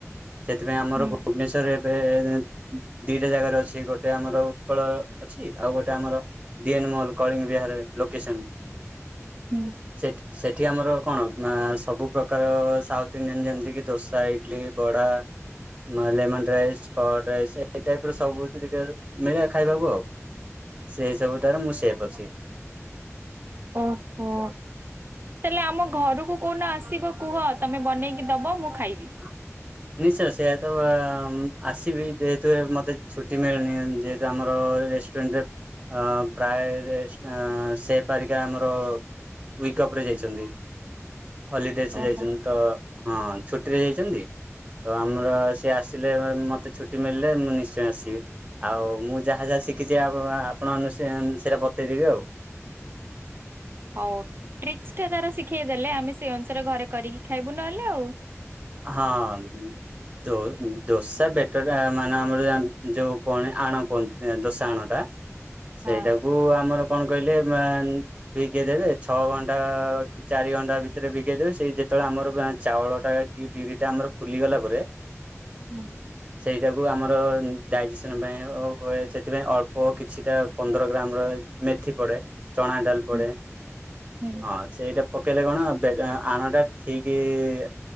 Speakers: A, on the right; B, on the right.
A: ସେଥିପାଇଁ ଆମର
B: ହୁଁ
A: ଭୁବନେଶ୍ୱରରେ ଏବେ-ଏଁ ଦିଟା ଜାଗାରେ ଅଛି, ଗୋଟେ ଆମର ଉତ୍କଳ ଅଛି। ଆଉ ଗୋଟେ ଆମର D N mall Kalinga Vihar location
B: ହୁଁ
A: ସେଠ୍ ସେଠି ଆମର କଣ? ମା ସବୁ ପ୍ରକାର ସାଉଥ୍ ଇଣ୍ଡିଆନ୍ ଯେମିତି କିି ଦୋସା ଇଡଲି ବଡ଼ା। ନହେଲେ ଲେମଣ୍ଡ ରାଇସ୍, କର୍ଡ ରାଇସ୍, ଏହି ଟାଇପ୍ ର ସବୁ ତ ଟିକେ ମିଳେ ଖାଇବାକୁ ଆଉ। ସେଇ ସବୁ ଟାରେ ମୁଁ ସେପ୍ ଅଛି।
B: ଓହୋ! ତାହେଲେ ଆମ ଘରକୁ କଉନ ଆସିବ କୁହ? ତମେ ବନେଇକି ଦବ ମୁଁ ଖାଇବି।
A: <inaudible> ନିଶ୍ଚୟ ସେୟା ତ-ଅ-ମ୍ ଆସିବି, ଯେହେତୁ ମତେ ଛୁଟି ମିଳୁନି। ଯେହେତୁ ଆମର ରେସ୍ ଟ୍ରେଣ୍ଡ ରେ ଆଁ ପ୍ରାୟ ରେସ୍ ସେପାରିକା ଆମର ୱିକ ଅପ୍ ରେ ଯାଇଚନ୍ତି। ହଲିଡେଚ୍ ରେ
B: ଓହୋ।
A: ଯାଇଛନ୍ତି ତ ହଁ ଛୁଟ୍ ଟିରେ ଯାଇଛନ୍ତି। ତ ଆମର ସିଏ ଆସିଲେ ମତେ ଛୁଟି ମଳିଲେ, ମୁଁ ନିଶ୍ଚୟ ଆସିବି। ଆଉ ମୁଁ ଯାହା ଯାହା ଶିଖିଛି, ଆପ-ଆପଣ ମାନଙ୍କୁ ସେଁ ସେଇରା ବତେଇଦେବି ଆଉ।
B: ହଉ ଟ୍ରିକ୍ସ୍ ଟା ତାର ଶିଖେଇ ଦେଲେ, ଆମେ ସେଇ ଅନୁସାରେ ଘରେ କରିକି ଖାଇବୁ ନହେଲେ ଆଉ।
A: ହଁ। ଦୋ-ଦୋସା ବେଟର୍ ଟା ମାନେ ଆମର ଯୋଉ କଣ ଆଣ କୁହନ୍ ଦୋସା ଆଣଟା। ସେଇଟାକୁ
B: ହଁ
A: ଆମର କଣ କହିଲେ? ମାନ୍ ଭିଗେଇ ଦେବେ। ଛଅ ଘଣ୍ଟା କି ଚାରି ଘଣ୍ଟା ଭିତରେ ଭିଗେଇଦବେ। ସେଇ ଯେତେବେଳେ ଆମର ଚାଉଳ ଟା ଟିଏ ବିରି ଟା ଆମର ଫୁଲିଗଲା ପରେ
B: ହୁଁ।
A: ସେଇଟାକୁ ଆମର ଡାଇଜେସନ୍ ପାଇଁ ହୁଏ। ସେଥିପାଇଁ ଅଳ୍ପ କିଛିଟା ପନ୍ଦର ଗ୍ରାମ ର ମେଥି ପଡ଼େ, ଚଣା ଡାଲ ପଡ଼େ।
B: ହୁଁ ହୁଁ।
A: ହଁ, ସେଇଟା ପକେଇଲେ କଣ ଦେ ଆଣଟା ଠିକି-ଇ